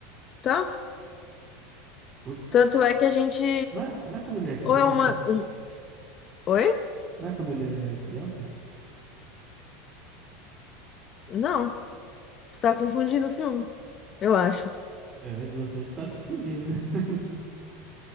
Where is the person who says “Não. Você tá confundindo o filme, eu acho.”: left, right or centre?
Left